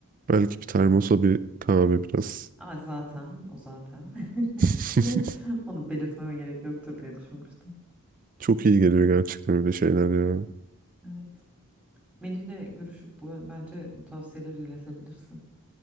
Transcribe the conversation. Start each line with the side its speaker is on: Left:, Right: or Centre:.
Right: Belki bir termosa bir kahve biraz.
Centre: Aa, zaten o zaten. <laughs>
Right: <laughs>
Centre: Onu belirtmeme gerek yoktur diye düşünmüştüm.
Right: Çok iyi geliyor gerçekten öyle şeyler ya.
Centre: Evet. Melih'le görüşüp bu bence bu tavsiyeleri iletebilirsin.